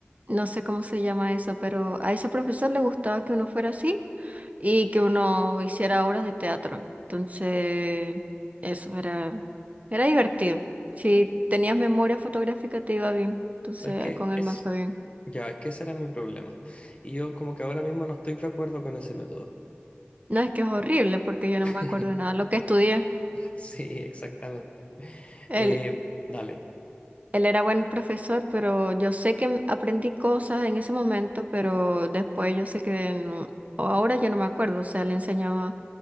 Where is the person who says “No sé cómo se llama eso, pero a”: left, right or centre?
Right